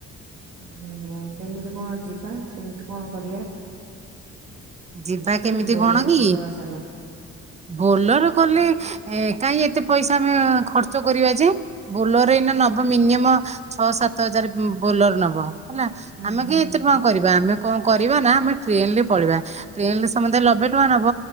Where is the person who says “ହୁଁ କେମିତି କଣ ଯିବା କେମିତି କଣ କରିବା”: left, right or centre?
Right